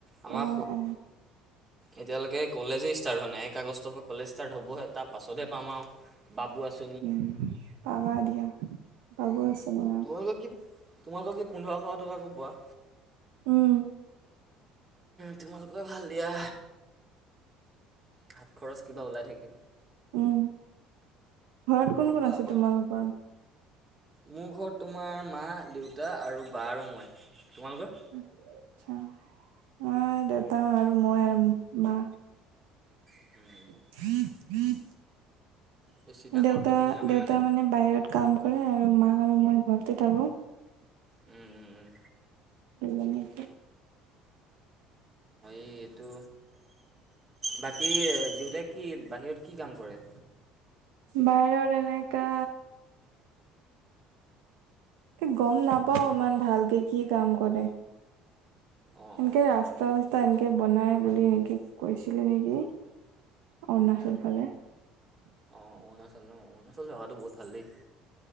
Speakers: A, on the right (about 30°); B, on the right (about 80°).
A: আমাৰ।
B: অ অ
A: এতিয়ালৈকে কলেজেই ষ্টাৰ্ হোৱা নাই, এক আগষ্টৰ পৰা কলেজ ষ্টাৰ্ট হ'বহে তাৰ পাছতহে পাম আৰু বাবু আছো
B: উম, পাৱ দিয়া বাবু আচনী।
A: তোমালোকৰ কি তোমালোকৰ কি পোন্ধৰশ টকাকৈ পোৱা।
B: উম
A: তোমালোকে ভাল দিয়া। হাত খৰচ কিবা ওলাই থাকে।
B: উম, ঘৰত কোন কোন আছে
A: আমাৰ
B: তোমালোকৰ।
A: মোৰ ঘৰত তোমাৰ মা, দেউতা আৰু বা আৰু মই তোমালোকৰ?
B: আচ্ছা। নাই দেউতা আৰু মই আৰু মা।
A: উম,
B: <inaudible>
A: বেছি ডাঙৰ
B: দেউতা,
A: ফেমিলি নহয়
B: দেউতা মানে বাহিৰত কাম কৰে আৰু মা আৰু মই ঘৰতে থাকো।
A: উম, উম, উম,
B: এই
A: এই এইটো। বাকী দেউতাই কি বাহিৰত কি কাম কৰে?
B: বাহিৰত এনেকে। গম, নাপাও ইমান ভালকে কি কাম কৰে।
A: অঁ
B: সনকে
A: অঁ
B: ৰাস্তা চ্ত চস্তা এনেকৈ বনায় বুলি এনেকৈ কৈছিলে নেকি অৰুণাচল ফালে।
A: অ, অ, অৰুণাচল ন অৰুণাচল জেগাটো বহুত ভাল দেই